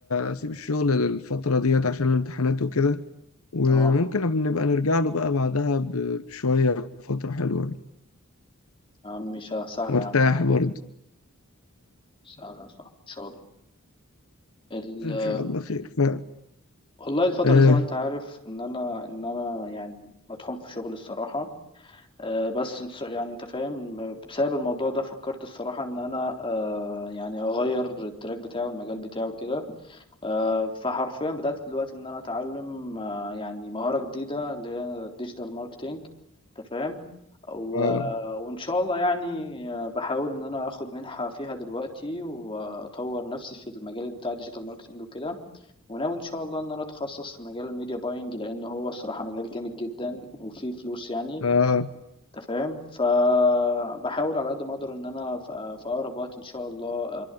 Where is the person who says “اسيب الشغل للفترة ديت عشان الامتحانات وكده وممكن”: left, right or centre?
Left